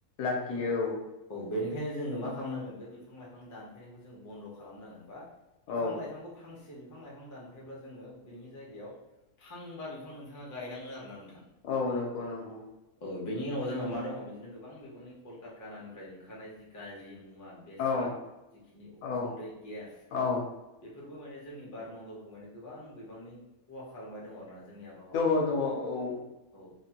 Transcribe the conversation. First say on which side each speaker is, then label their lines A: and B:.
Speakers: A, on the left; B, on the left.
A: लाखियो औ।
B: बेनिखायनो जोङो मा खालामनांगोन बे बिफां लाइफां दानफैनायखौ जों बन्द' खालामनांगोन। बा बिफां
A: औ
B: लाइफांखौ फांसे बिफां लाइफां दानफायोब्ला जोङो बेनि जायगायाव फांबा बिफां थाङा गायनाङो आरोना <unintelligible>
A: औ नंगौ नंगौ।
B: औ बेनि उनाव जोङो मा दङ बिदिनो गोबां बिबांनि कल कारखानानिफ्राय ओंखारनाय जि गाज्रि मुं वा बेसाद
A: औ
B: जिखिनि उखुन्दै
A: औ
B: गेस
A: औ
B: बे फोरबो माने जोंनि बार मन्दलखौ माने गोबां बिबांनि खहा खालामबाय दङ आरोना। जोंनि आबहावा
A: खहा दङ औ।
B: औ